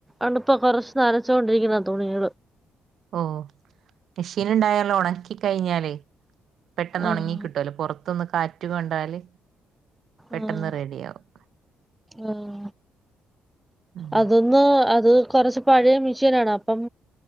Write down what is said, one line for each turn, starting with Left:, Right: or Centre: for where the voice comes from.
Centre: ആണ്പ്പോ കൊറച്ച് നനച്ചോണ്ടിരിക്കുന്നത് തുണികള്
Right: ഓഹ് മെഷീന്ണ്ടായാല് ഒണക്കി കഴിഞ്ഞാല് പെട്ടെന്നൊണങ്ങി
Centre: ആഹ്
Right: കിട്ടൊല്ലോ പൊറത്ത്ന്ന് കാറ്റ് കൊണ്ടാല് പെട്ടെന്ന്
Centre: ഉം
Right: റെഡിയാവും
Centre: ഉം
Right: ഉം
Centre: അതിന്ന് അത് കൊറച്ച് പഴയ മിഷീനാണ് അപ്പം